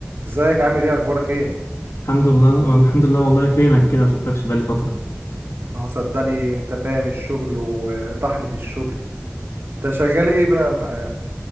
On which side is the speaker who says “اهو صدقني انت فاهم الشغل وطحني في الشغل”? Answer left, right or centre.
Right